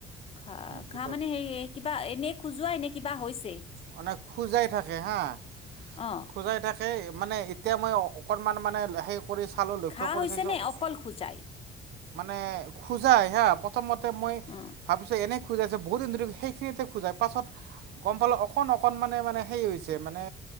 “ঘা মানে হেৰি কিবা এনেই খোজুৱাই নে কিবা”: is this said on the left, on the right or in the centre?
Left